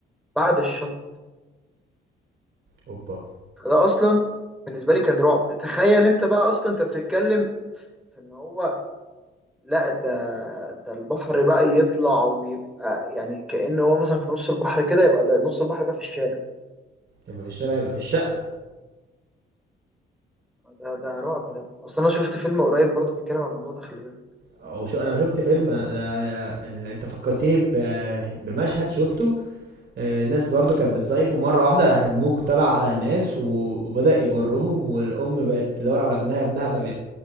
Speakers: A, in the centre; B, on the right (about 60°).
A: بعد الشط
B: اوبا
A: ده اصلا بالنسبة لي كان رعب تخيل انت بقى اصلا انت بتتكلم في ان هو لا ده ده البحر بقى يطلع ويبقى يعني كأنه هو مثلا في نص البحر كده يبقى ده نص البحر ده في الشارع
B: يبقى في الشارع يبقى في الشقة
A: ده ده رعب ده اصلا انا شفت فيلم قريب برضو بيتكلم عن الموضوع ده خلي بالك
B: او شو انا شفت فيلم ده ده- ال- انت فكرتني ب- بمشهد شفته آه، الناس برضو كانت بتصيف ومرة واحدة راح الموج طلع على الناس و- وبدأ يجرهم والأم بقت تدور على ابنها ابنها بقى بيت-